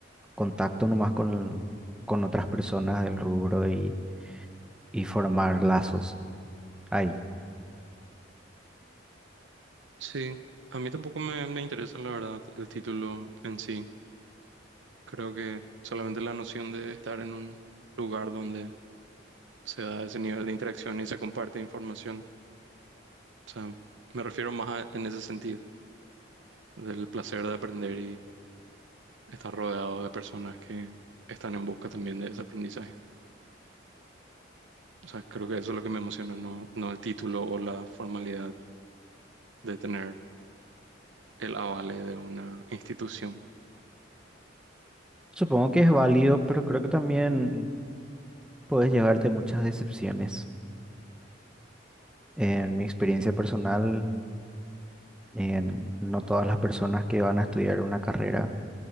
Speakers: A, in the centre; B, on the right.
A: contacto nomás con, con otras personas del rubro y, y formar lazos ahí.
B: Sí, a mí tampoco me, me interesa la verdad el título en sí. Creo que solamente la noción de estar en un lugar donde se da ese nivel de interacción y se comparte información. O sea, me refiero más a- en ese sentido, del placer de aprender estar rodeado de personas que están en busca también de ese aprendizaje. O sea, creo que eso es lo que me emociona, no, no el título o la formalidad de tener el avale de una institución.
A: Supongo que es válido, pero creo que también puedes llevarte muchas decepciones. En mi experiencia personal, en- no todas las personas que van a estudiar una carrera